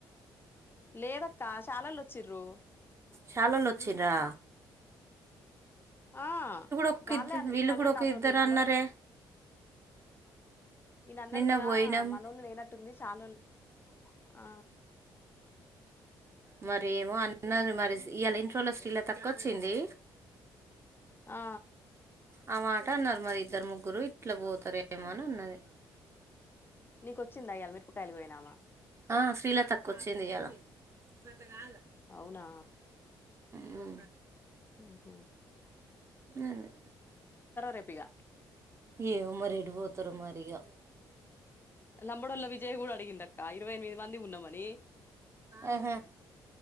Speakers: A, on the left; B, on the right.
A: లేదక్క శాలోళ్ళు వచ్చిర్రు
B: సాల లోొచ్చిరా
A: ఆ
B: ఒక
A: వాళ్ళే
B: ఇద్దరు వీళ్ళు
A: ఈయనన్నాడు
B: కూడా ఒక
A: నాతోటి
B: ఇద్దరు
A: మనోలు
B: అన్నారే
A: ఈయన అన్నాడు
B: నిన్న
A: కదా
B: పోయినాం
A: మనోళ్ళు లేనట్టుంది ాాలళ్లు ఆ
B: మరేమో అన్నది మరి ఇవాళ ఇంట్్రోలో స్ీ ఇలా తక్కువ వచ్చింది
A: ఆ
B: ఆ మాట అన్నారు మరి ఇద్దరు ముగ్గురు ఇట్లా పోతారు ఏమోని ఉన్నది
A: నీకొచ్చిందా ఇయ్యాల మిరపకాయలు కోయినామా
B: ఆ శ్రీలత వచ్చింది ఇలా కాదు
A: అవునా
B: పో
A: ఆఓహో
B: అండి
A: రేపు ఇగ
B: ఏమో మరి ఎడిపోతారు మరిగా
A: నలమ్మడోలో విజయ్ కూడాడ అడిగిందక్క ఇరవై ఎనిమిది మంది ఉన్నామని
B: ఆహా